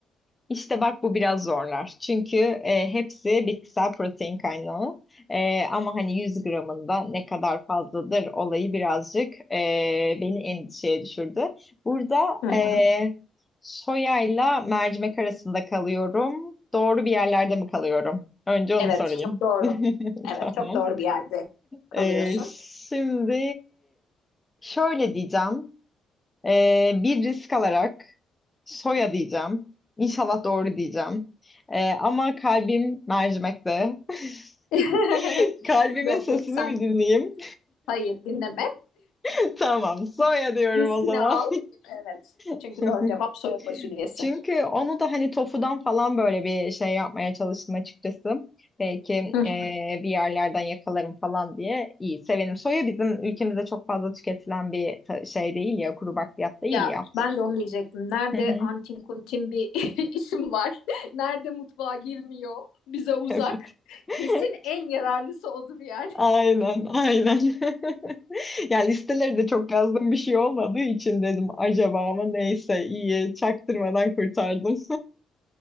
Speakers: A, on the left; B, on the left.
A: İşte bak bu biraz zorlar. Çünkü e, hepsi bitkisel protein kaynağı. E, ama hani 100 gramında ne kadar fazladır olayı birazcık e, beni endişeye düşürdü. Burada
B: Hı hı.
A: e, soyayla mercimek arasında kalıyorum. Doğru bir yerlerde mi kalıyorum? Önce onu
B: Evet,
A: sorayım.
B: çok doğru.
A: <laughs>
B: Evet,
A: Tamam.
B: çok doğru bir yerde kalıyorsun.
A: E, şimdi şöyle diyeceğim. Ee, bir risk alarak soya diyeceğim. İnşallah doğru diyeceğim. Ee, ama kalbim mercimekte.
B: <laughs>
A: <laughs> Kalbimin
B: Yok
A: sesini
B: yok sen
A: mi dinleyeyim?
B: Hayır dinleme.
A: <laughs> Tamam, soya
B: <laughs>
A: diyorum
B: Riskini
A: o zaman.
B: al. Evet. Çünkü
A: <laughs>
B: doğru cevap soya fasulyesi.
A: Çünkü onu da hani tofudan falan böyle bir şey yapmaya çalıştım açıkçası. Belki
B: Hı.
A: e, bir yerlerden yakalarım falan diye iyi sevelim. Soya bizim ülkemizde çok fazla tüketilen bir ta- şey değil ya, kuru bakliyat değil
B: Ya
A: ya.
B: ben de onu diyecektim. Nerede
A: <laughs>
B: antin kuntin bir <laughs> isim var. Nerede mutfağa girmiyor. Bize uzak.
A: Evet. <laughs>
B: Kesin en yararlısı odur yani.
A: Aynen, aynen. <laughs> Yani listeleri de çok yazdığım bir şey olmadığı için dedim acaba ama neyse iyi çaktırmadan kurtardım. <laughs>